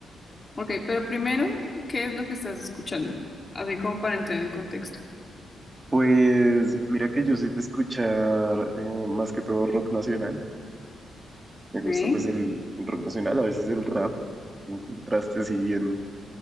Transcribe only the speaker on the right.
Pues mira que yo soy de escuchar eh, más que todo rock nacional. Me
gusta pues el, el rock nacional, a veces el rap, un contraste así bien,